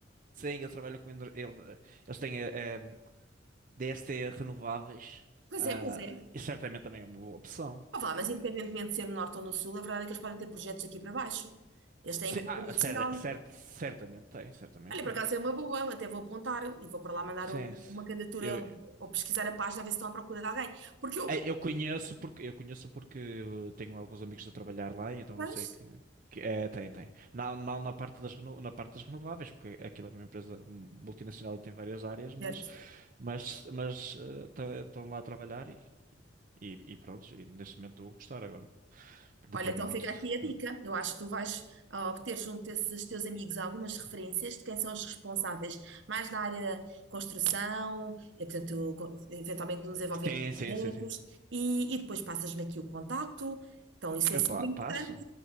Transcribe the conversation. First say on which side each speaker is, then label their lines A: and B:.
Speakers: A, on the right (about 45°); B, on the right (about 75°).
A: sim, eles trabalham com ener- ele- eles têm eh, eh, DST renováveis.
B: Pois
A: ah,
B: é, pois é.
A: e certamente também é uma boa opção.
B: Ah, vá, mas independentemente de ser no norte ou no sul, a verdade é que eles podem ter projetos aqui para baixo. Eles têm
A: Sim,
B: cobertura
A: ah, cer-
B: nacional.
A: cert- certamente tem, certamente
B: Olha, por
A: tem.
B: acaso é uma boa, até vou apontar e vou para lá mandar
A: Sim,
B: o-
A: sim.
B: uma candidatura ou pesquisar a página a ver se estão à procura de alguém. Porque eu.
A: É, Eu conheço porque eu conheço porque eh, tenho alguns amigos a trabalhar lá, e então
B: Pois,
A: eu sei que, que- é, tem, tem. Não, não na parte das reno- na parte das renováveis, porque aquilo é uma empresa multinacional e tem várias áreas, mas
B: certo.
A: mas mas eh, tá, estão lá a trabalhar e, e, e pronto, e neste momento estou a gostar agora. Depende
B: Olha, então
A: muito
B: fica
A: de...
B: aqui a dica. Eu acho que tu vais ah, obter junto desses teus amigos algumas referências de quem são os responsáveis mais na área da construção, eh, portanto, co- eventualmente no desenvolvimento
A: Sim,
B: de
A: sim,
B: projetos,
A: sim, sim.
B: e, e depois passas-me aqui o contacto. Então, isso
A: Eu
B: é sempre
A: pa-
B: importante.
A: passo.